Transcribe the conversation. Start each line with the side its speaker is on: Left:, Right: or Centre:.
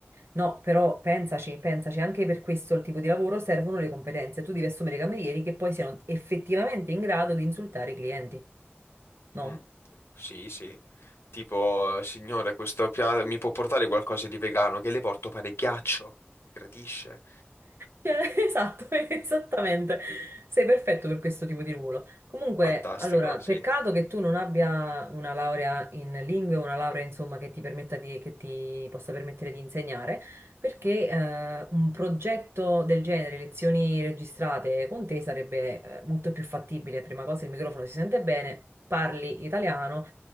Right: No, però pensaci, pensaci, anche per questo il tipo di lavoro servono le competenze. Tu devi assumere i camerieri che poi siano effettivamente in grado di insultare i clienti, no?
Left: Mm, Sì, sì. Tipo, signore, questo piatto mi può portare qualcosa di vegano? Che le porto pane e ghiaccio? Gradisce?
Right: Cioè, <laughs> Esatto, <laughs> esattamente. Sei perfetto per questo tipo di ruolo. Comunque,
Left: Fantastico,
Right: allora,
Left: sì.
Right: peccato che tu non abbia una laurea in lingue, una laurea, insomma, che ti permetta di, che ti possa permettere di insegnare, perché eh, un progetto del genere, lezioni registrate con te, sarebbe eh, molto più fattibile. Prima cosa, il microfono si sente bene, parli italiano,